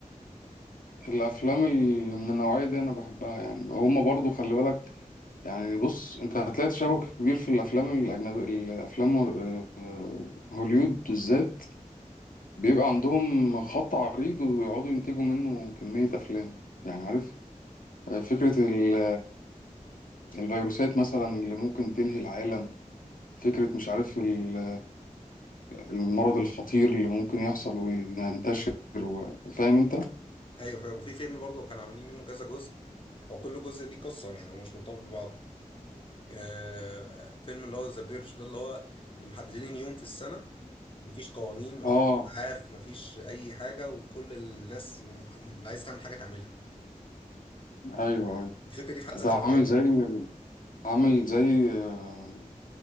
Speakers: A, on the left; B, on the left.
A: الافلام اللي من النوعية دي انا بحبها يعني هما برضو خلي بالك يعني بص انت هتلاقي تشابه كبير في الافلام الاجنبي الافلام هول- آه، هوليود بالذات بيبقى عندهم خط عريض ويقعدوا ينتجوا منه كمية افلام يعني عارف فكرة ال- الفيروسات مثلا اللي ممكن تنهي العالم فكرة مش عارف ال- المرض الخطير اللي ممكن يحصل وينتشر فاهم انت؟
B: ايوه فاهم وفي فيلم برضه كانوا عاملين منه كذا جزء هو كل جزء ليه قصه يعني هو مش منطبق ببعضه آه، فيلم اللي هو ذا بيرج ده اللي هو اللي محددين يوم في السنة مفيش قوانين مفيش
A: اه
B: إسعاف مفيش أي حاجة وكل الناس مح... اللي عايزة تعمل حاجة تعملها
A: ايوه ايوه
B: الفكرة دي في حد ذاتها
A: ده عامل
B: مرعبة
A: زي عامل زي آه،